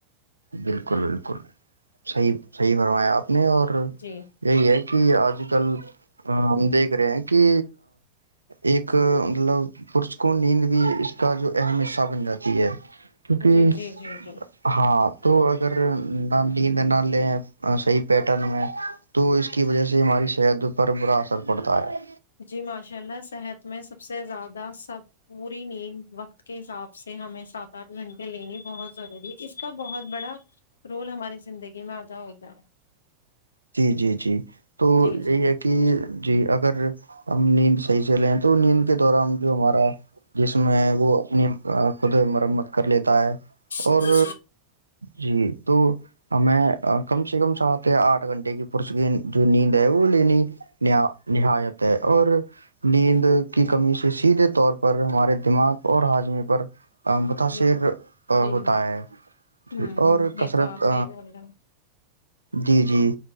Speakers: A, on the right; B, on the left.
A: بالکل بالکل صحیح صحیح فرمایں آپ نہیں اور
B: جی
A: یہی ہے کہ آج کل ہم دیکھ رہے ہیں کہ ایک مطلب پس کو نیند بھی اس کا جو اہم حصہ بن جاتی ہے کیونکہ
B: جی جی جی جی
A: ہاں تو اگر نیند نہ لیں صحیح پیٹرن میں تو اس کی وجہ سے ہماری صحت پر برا اثر پڑتا ہے
B: جی ماشاء اللہ صحت اس میں سب سے زیادہ سب پوری نیند وقت کے حساب سے ہمیں سات آٹھ گھنٹے لینی بہت ضروری ہے اس کا بہت بڑا رول ہماری زندگی میں ادا ہوتا ہے
A: جی جی جی تو
B: جی جی
A: یہی ہے کہ جی اگر ہم نیند صحیح سے لیں تو نیند کے دوران جو ہمارا جسم ہے وہ اپنی خود مرمت کر لیتا ہے
B: جی
A: اور
B: جی
A: جی تو ہمیں کم سے کم سات آٹھ آٹھ گھنٹے کی پس کی جو نیند ہے وہ لینی نہایت ہے اور نیند کی
B: جی
A: کمی سے سیدھے طور پر ہمارے دماغ اور ہاجمی پر متاثر
B: جی جی جی
A: ہوتا ہے
B: ہوں
A: اور
B: یہ
A: کثرت
B: تو آپ صحیح بول رہے ہو
A: جی جی